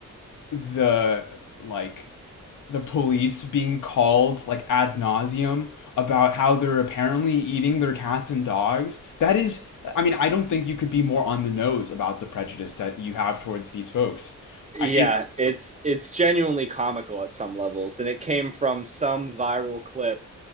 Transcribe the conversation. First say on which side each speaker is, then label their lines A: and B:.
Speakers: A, on the left (about 70°); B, on the right (about 20°).
A: the like the police being called like ad nauseum about how they're apparently eating their cats and dogs. That is, I mean, I don't think you could be more on the nose about the prejudice that you have towards these folks.
B: Yeah,
A: I- It's
B: it's it's genuinely comical at some levels, and it came from some viral clip